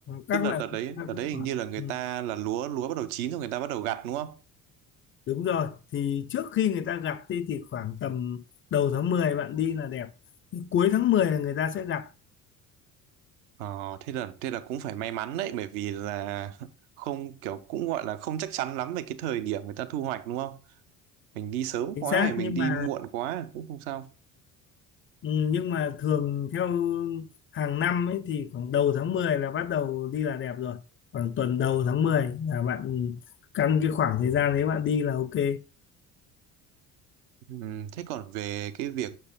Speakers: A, on the left (about 30°); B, on the right (about 65°).
A: Các
B: tức là
A: loại
B: đợt đấy
A: hoa
B: đợt
A: cũng
B: đấy hình
A: khoảng
B: như là người
A: ừ,
B: ta là lúa lúa bắt đầu chín rồi người ta bắt đầu gặt đúng không?
A: đúng rồi thì trước khi người ta gặt đi thì khoảng tầm đầu tháng 10 bạn đi là đẹp Thì cuối tháng 10 là người ta sẽ gặt
B: Ờ, thế là thế là cũng phải may mắn đấy bởi vì là <laughs> không kiểu cũng gọi là không chắc chắn lắm về cái thời điểm người ta thu hoạch đúng không? Mình đi sớm
A: chính
B: quá
A: xác
B: hay mình
A: nhưng
B: đi
A: mà
B: muộn quá cũng không sao.
A: Ừ, nhưng mà thường theo hàng năm ấy thì khoảng đầu tháng 10 là bắt đầu đi là đẹp rồi. Khoảng tuần đầu tháng 10 là bạn căn cái khoảng thời gian đấy bạn đi là ok.
B: Ừm, thế còn về cái việc